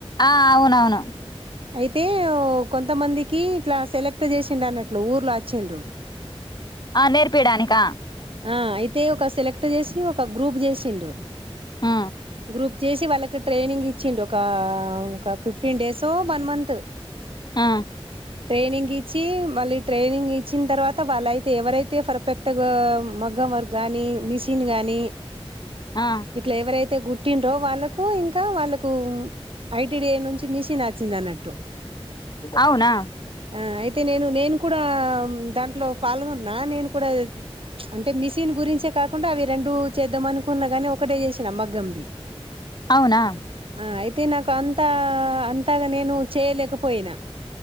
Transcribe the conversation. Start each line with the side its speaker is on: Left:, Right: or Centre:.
Left: ఆ అవునవును
Right: అయితే ఓ కొంతమందికి ఇట్ల సెలెక్ట్ చేసిండు అన్నట్లు ఊర్లా వచ్చిండ్రు
Left: ఆ నేర్పిడానిక
Right: ఆ అయితే ఒక సెలెక్ట్ చేసి ఒక గ్రూప్ చేసిండు
Left: ఆ
Right: గ్రూప్ చేసి వాళ్ళకి ట్రైనింగ్ ఇచ్చిండు ఒక ఒక ఫిఫ్టీన్ డేసో వన్ మంత్
Left: ఆ
Right: ట్రైనింగ్ ఇచ్చి మళ్ళీ ట్రైనింగ్ ఇచ్చిన తర్వాత వాళ్ళయితే ఎవరైతే పర్ఫెక్ ట్ మగ్గం వర్క్ గానీ మిషిన్ గానీ
Left: ఆ
Right: ఇట్లా ఎవరైతే గుట్టిండ్రో వాళ్ళకు ఇంకా వాళ్ళకు ఐటీడిఐ నుంచి మిషిన్ వచింది అన్నట్టు
Left: అవునా
Right: ఆ అయితే నేను నేను కూడా దాంట్లో పాలుగొన్నా నేను కూడా ప్ల్చ్ అంటే మిషన్ గురించే కాకుండా అవి రెండు చేద్దాం అనుకున్నా గాని ఒకటే చేసా మగ్గంది
Left: అవునా
Right: ఆ అయితే నాకు అంతా అంతగ నేను చేయలేకపోయినా